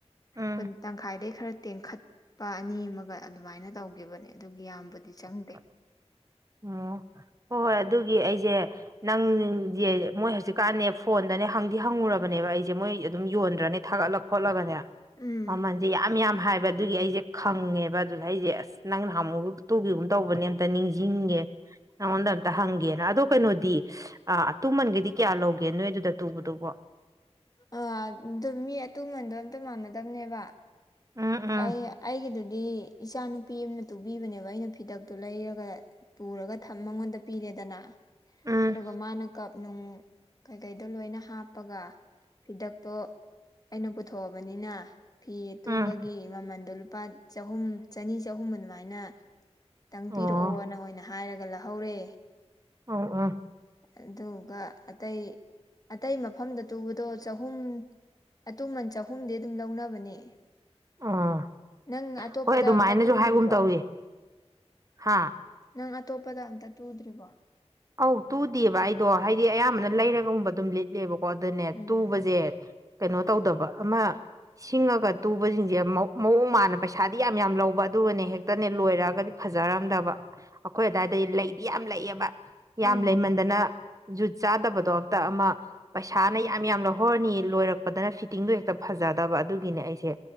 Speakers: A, on the right (about 30°); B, on the left (about 35°).
A: ꯎꯝ
B: ꯀꯨꯟ ꯇꯪꯈꯥꯏꯗꯩꯩ ꯈꯔ ꯇꯦꯡꯈꯠꯄ ꯑꯅꯤ ꯑꯃꯒ ꯑꯗꯨꯃꯥꯏꯅ ꯇꯧꯈꯤꯕꯅꯦ ꯑꯗꯨꯒꯤ ꯌꯥꯝ ꯄꯨꯗꯤ ꯆꯪ
A: ꯑꯣ ꯍꯣꯏ ꯍꯣꯏ ꯑꯗꯨꯒꯤ ꯑꯩꯁꯦ ꯅꯪꯁꯦ ꯃꯣꯏ ꯍꯧꯖꯤꯛꯀꯥꯟꯅꯦ ꯐꯣꯟꯗꯅꯦ ꯍꯪꯗꯤ ꯍꯪꯉꯨꯔꯕꯅꯦꯕ ꯑꯩꯁꯦ ꯃꯣꯏ ꯑꯗꯨꯝ ꯌꯣꯟꯗ꯭ꯔꯅꯦ ꯊꯥꯒꯠꯂꯛ ꯈꯣꯠꯂꯒꯅꯦ
B: ꯎꯝ
A: ꯃꯃꯟꯖꯦ ꯌꯥꯝ ꯌꯥꯝ ꯍꯥꯏꯕ ꯑꯗꯨꯒꯤ ꯑꯩꯁꯦ ꯈꯪꯉꯦꯕ ꯑꯗꯨꯗ ꯑꯩꯁꯦ ꯑꯁ ꯅꯍꯥꯃꯨ ꯇꯨꯝꯒꯤꯒꯨꯝ ꯇꯧꯕꯅꯦ ꯑꯝꯇ ꯅꯤꯡꯁꯤꯡꯉꯦ ꯅꯉꯣꯟꯗ ꯑꯝꯇ ꯍꯪꯒꯦꯅ ꯑꯗꯣ ꯀꯩꯅꯣꯗꯤ ꯑ ꯑꯇꯨꯃꯟꯒꯗꯤ ꯀꯌꯥ ꯂꯧꯒꯦ ꯅꯣꯏ ꯑꯗꯨꯗ ꯇꯨꯕꯗꯨꯕꯣ
B: ꯑꯥ ꯑꯗꯨ ꯃꯤ ꯑꯇꯨꯃꯟꯗꯣ ꯑꯝꯇ ꯃꯥꯟꯅꯗꯕꯅꯦꯕ
A: ꯎꯝ ꯎꯝ
B: ꯑꯩ ꯑꯩꯒꯤꯗꯨꯗꯤ ꯏꯆꯥꯅꯨꯄꯤ ꯑꯃꯅ ꯇꯨꯕꯤꯕꯅꯦꯕ ꯑꯩꯅ ꯐꯤꯗꯛꯇꯣ ꯂꯩꯔꯒ ꯄꯨꯔꯒ ꯃꯉꯣꯟꯗ ꯄꯤꯔꯦꯗꯅ
A: ꯎꯝ
B: ꯑꯗꯨꯒ ꯃꯥꯅ ꯀꯞꯅꯨꯡ ꯀꯩꯀꯩꯗꯣ ꯂꯣꯏꯅ ꯍꯥꯞꯄꯒ ꯐꯤꯗꯛꯇꯣ ꯑꯩꯅ ꯄꯨꯊꯣꯛꯑꯕꯅꯤꯅ ꯐꯤ ꯑꯇꯨꯕꯒꯤ
A: ꯎꯝ
B: ꯃꯃꯟꯗꯣ ꯂꯨꯄꯥ ꯆꯍꯨꯝ ꯆꯅꯤ ꯆꯍꯨꯝ ꯑꯗꯨꯃꯥꯏꯅ ꯇꯪ
A: ꯑꯣ
B: ꯄꯤꯔꯛꯑꯣꯅ ꯑꯣꯏꯅ ꯍꯥꯏꯔꯒ ꯂꯍꯧꯔꯦ
A: ꯑꯣ ꯎꯝ
B: ꯑꯗꯨꯒ ꯑꯇꯩ ꯑꯇꯩ ꯃꯐꯝꯗ ꯇꯨꯕꯗꯣ ꯆꯍꯨꯝ ꯑꯇꯨꯃꯟ ꯆꯍꯨꯝꯗꯤ ꯑꯗꯨꯝ ꯂꯧꯅꯕꯅꯦ
A: ꯑꯣ
B: ꯅꯪ ꯑꯇꯣꯞꯄꯗ
A: ꯍꯣꯏ ꯑꯗꯨꯃꯥꯏꯅꯁꯨ
B: ꯑꯝꯇ ꯇꯨꯗ꯭ꯔꯤꯕꯣ
A: ꯍꯥꯏꯒꯨꯝ ꯇꯧꯏ ꯍꯥ
B: ꯅꯪ ꯑꯇꯣꯞꯄꯗ ꯑꯝꯇ ꯇꯨꯗ꯭ꯔꯤꯕꯣ
A: ꯑꯧ ꯇꯨꯗꯦꯕ ꯑꯩꯗꯣ ꯍꯥꯏꯗꯤ ꯑꯌꯥꯝꯕꯅ ꯂꯩꯔꯒꯨꯝꯕ ꯑꯗꯨꯝ ꯂꯤꯠ ꯂꯦꯕꯀꯣ ꯑꯗꯨꯗꯅꯦ
B: ꯎꯝ
A: ꯇꯨꯕꯁꯦ ꯀꯩꯅꯣ ꯇꯧꯗꯕ ꯑꯃ ꯁꯤꯡꯉꯒ ꯇꯨꯕꯁꯤꯡꯁꯦ ꯃꯑꯣꯡ ꯃꯥꯟꯅ ꯄꯩꯁꯥꯗꯤ ꯌꯥꯝ ꯌꯥꯝ ꯂꯧꯕ ꯑꯗꯨꯒꯅꯦ ꯍꯦꯛꯇꯅꯦ ꯂꯣꯏꯔꯛꯑꯒꯗꯤ ꯐꯖꯔꯝꯗꯕ ꯑꯩꯈꯣꯏ ꯑꯗꯥꯏꯗꯗꯤ ꯂꯩꯗꯤ ꯌꯥꯝ ꯂꯩꯕ
B: ꯎꯝ
A: ꯌꯥꯝ ꯂꯩꯃꯟꯗꯅ ꯖꯨꯠ ꯆꯥꯗꯕꯗꯣ ꯑꯝꯇ ꯑꯃ ꯄꯩꯁꯥꯅ ꯌꯥꯝ ꯌꯥꯝ ꯂꯧꯍꯧꯔꯅꯤ ꯂꯣꯏꯔꯛꯄꯗꯅ ꯐꯤꯠꯇꯤꯡꯗꯣ ꯍꯦꯛꯇ ꯐꯖꯗꯕ ꯑꯗꯨꯒꯤꯅꯦ ꯑꯩꯁꯦ